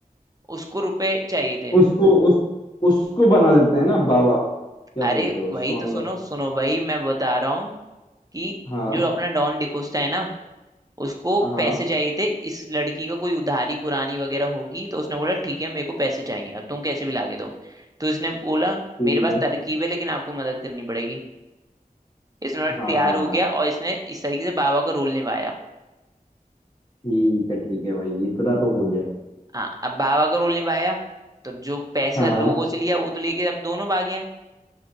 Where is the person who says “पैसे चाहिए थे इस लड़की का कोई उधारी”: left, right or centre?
Right